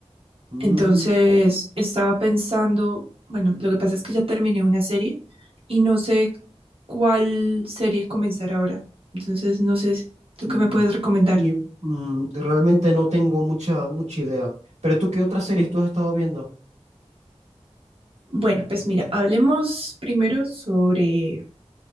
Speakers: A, on the right; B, on the right.
A: Mm,
B: Entonces, estaba pensando, bueno, lo que pasa es que ya terminé una serie y no sé cuál serie comenzar ahora. Entonces, no sé, ¿tú
A: mm.
B: qué me puedes recomendar?
A: Y mm, realmente no tengo mucha, mucha idea. Pero tú, ¿qué otras series tú has estado viendo?
B: Bueno, pues mira, hablemos primero sobre